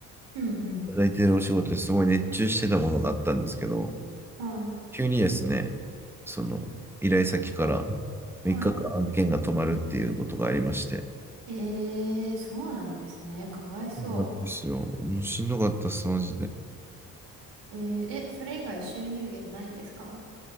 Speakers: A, on the right; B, in the centre.
A: うんうん。
B: いただいてるお仕事ですごい熱中してたものがあったんですけど、
A: はい。
B: 急にですね、その依頼先から3日間案件が止まるっていうことがありまして、
A: はい。えー、そうなんですね。かわいそ
B: そうなんですよ。もうしんどかったっす、マジで。
A: う。えー、え、それ以外収入源ないんですか